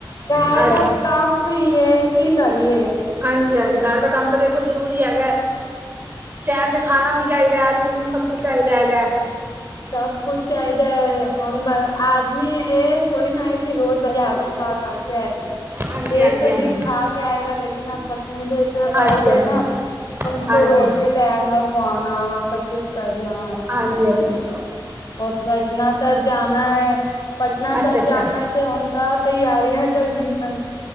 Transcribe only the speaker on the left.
ਘਰ
ਦਾ ਕੰਮ ਵੀ ਏ ਕੀ ਕਰੀਏ
ਸਭ ਕੁਛ ਚਾਹੀਦਾ ਹੁਣ ਬ ਆਦਮੀ ਇਹ ਥੋੜੀ ਨਾ ਐ ਕਿ ਰੋਜ ਬਜਾਰੋ ਖਾ ਖਾ ਕੇ ਆਏਗਾ
ਇੱਕ
ਦਿਨ ਖਾ ਆਏਗਾ ਲੇਕਿਨ ਪਤਨੀ <unintelligible>
ਟਾਈਮ ਨਾਲ ਖਵਾਨਣਾ ਸਭ ਕੁਛ ਕਰਨਾ,
ਉਹ ਪਟਨਾ ਸਾਹਿਬ ਜਾਨਾ ਐ ਪਟਨਾ
ਸਾਹਿਬ
ਜਾਨਾ ਐ। ਲਿਆਉਣ ਦਾ ਤਿਆਰੀਆਂ ਕਰਨੀਆਂ ਹਨ।